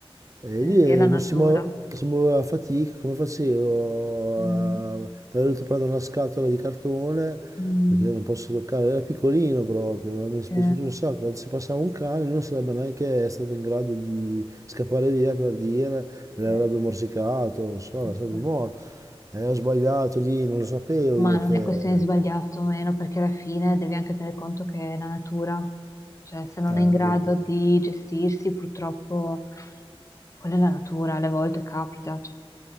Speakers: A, on the right; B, on the left.
A: E
B: Eh,
A: lì eh,
B: è la natura.
A: non si muove, si muoveva a fatica, come facevo?
B: Mm,
A: a- Mi avevo dovuto prendere una scatola di cartone
B: mm,
A: perché non posso toccare, era piccolino proprio, ma mi è dispiaciuto
B: sì,
A: un sacco, se passava un cane lui non sarebbe neanche stato in grado di scappare via per dire, l'avrebbe
B: sì,
A: morsicato, non so,
B: questo
A: sarebbe
B: è.
A: morto. E ho sbagliato lì, non lo sapevo
B: Ma
A: io
B: non
A: che...
B: è questione di sbagliato o meno, perché alla fine devi anche tenere conto che è la natura, cioè se non
A: eh,
B: è in grado
A: beh,
B: di gestirsi, purtroppo quella è la natura, alle volte capita. cioè.